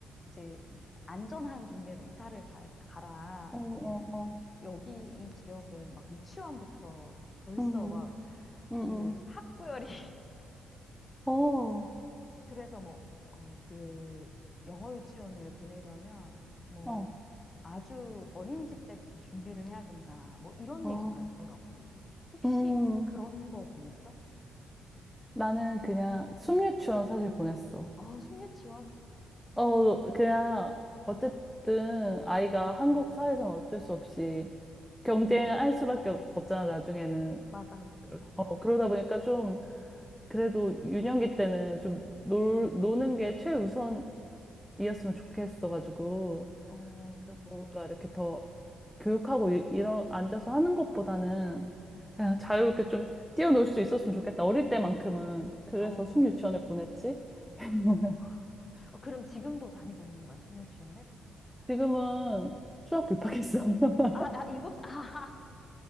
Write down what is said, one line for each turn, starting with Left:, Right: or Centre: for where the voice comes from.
Left: 이제, 안전한 동네로 이사를 가, 가라.
Centre: 어, 어,
Left: 이제
Centre: 어.
Left: 여기 이 지역은 막 유치원부터 벌써
Centre: 음,
Left: 막
Centre: 음, 음.
Left: 그 학구열이 <laughs>
Centre: 어,
Left: 그래서 뭐, 어, 그 영어 유치원을 보내려면 뭐
Centre: 어,
Left: 아주 어린이집 때부터 준비를 해야 된다. 뭐 이런
Centre: 어.
Left: 얘기가 있더라고. 혹시
Centre: 음.
Left: 그런 거 보냈어?
Centre: 나는 그냥 숲유치원 사실 보냈어.
Left: 아, 숨유치원?
Centre: 어, 그냥 어쨌든 아이가 한국 사회에서는 어쩔 수 없이 경쟁할
Left: 응,
Centre: 수밖에 없- 없잖아, 나중에는.
Left: 맞아, 맞아.
Centre: 어, 그러다 보니까 좀, 그래도 유년기 때는 좀 놀, 노는 게 최우선이었으면 좋겠어가지고,
Left: 어,
Centre: 그 뭔가 이렇게 더 교육하고 이- 이런, 앉아서 하는 것보다는
Left: 응,
Centre: 그냥 자유롭게 좀 뛰어놀 수 있었으면 좋겠다. 어릴 때만큼은. 그래서
Left: 어.
Centre: 숨유치원을 보냈지. <laughs>
Left: <gasps> 어, 그럼 지금도 다니고 있는 거야, 숨유치원을?
Centre: 지금은 수학교 입학했어. <laughs>
Left: 아, 아, 일곱, 살- 아, 아,